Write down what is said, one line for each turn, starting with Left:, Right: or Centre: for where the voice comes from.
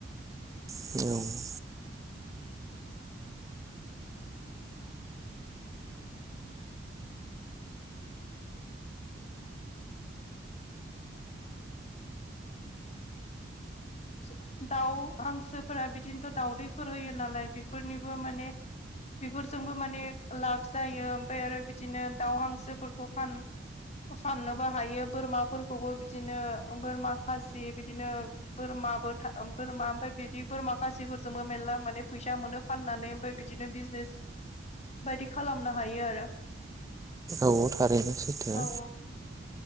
Right: <unintelligible>
Left: सो दाउ हांसोफोरा बिदिनोथ दाउदैफोर होयो नालाय बेफोरनिबो माने बेफोरजोंबो माने लाब जायो ओमफाय आरो बिदिनो दाउ हांसोफोरखौ फान फसाननोबो हायो बोरमाफोरखौबो बिदिनो बोरमा खासि बिदिनो बोरमाबो था बोरमा ओमफाय बिदि बोरमा खासिफोरजोंबो मेरला माने फैसा मोनो। फाननानै ओमफाय बिदिनो बिजनेस बायदि खालामनो हायो आरो।
Right: औ थारैनो सैथो।
Left: औ